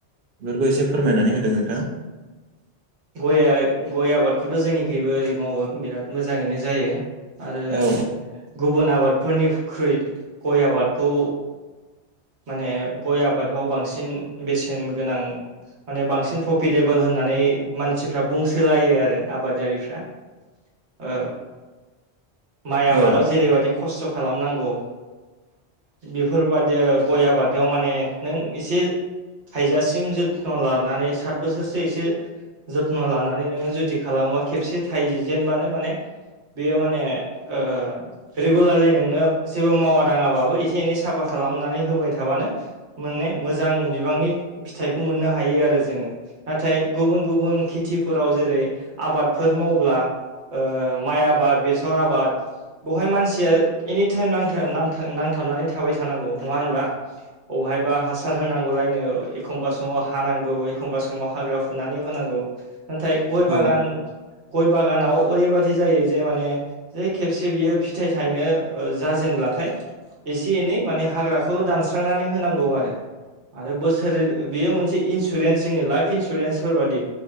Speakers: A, on the right (about 60°); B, on the right (about 80°).
A: बेफोरखौ एसे फोरमायनानै होदों नोंथां।
B: गया गय आबादखौथ' जोंनिखिबो ओरै मावो बिराद मोजाङैनो जायो। आरो
A: औ
B: गुबुन आबादफोरनिख्रुइ गय आबादखौ माने गय आबादफ्राव बांसिन बेसेन गोनां माने बांसिन प्रफिटेबोल होननानै मानसिफ्रा बुंसोलायो आरो आ आबादारिफ्रा‌। ओ माइ आबादाव
A: औ
B: जेरैबायदि ख खस्थ' खालामनांगौ बेफोरबादि ओ गय आबाद बेयाव माने नों एसे थायजासिम जथ्न' लानानै सात बोसोरसो एसे जथ्न' लानानै नोङो जुदि खालामो खेबसे थाइजेनबानो माने बेयो माने ओ रेगुलारलि नोंनो जेबो मावा दाङाबाबो एसे एनै साफा खालामनानै होबाय थाबानो मोने मोजां बिबांनि फिथाइखौ मोननो हायो आरो जोङो। नाथाय गुबुन गुबुन खेथिफोराव जेरै आबादफोर मावब्ला ओ माइ आबाद, बेसर आबाद बेवहाय मानसिया एनि टाइम नांथा-नामथां नांथाबनानै थाबाय थानांगौ नङा होनबा? औहायबा हासार होनांगौलायनो, एखमबा समाव हानांगौ, एखमबा समाव हाग्रा फुनानै होनांगौ नाथाय गय बागान
A: औ
B: गय बागानाव ओरैबादि जायो जे माने जे खेबसे बियो फिथाइ थाइनो ओ जाजेनब्लाथाय एसे एनै माने हाग्राखौल' दानस्रांनानै होनांगौ आरो। आरो बोसोर बेयो मोनसे इन्सुरेन्स जोंनि लाइफ इन्सुरेन्सफोर बादि।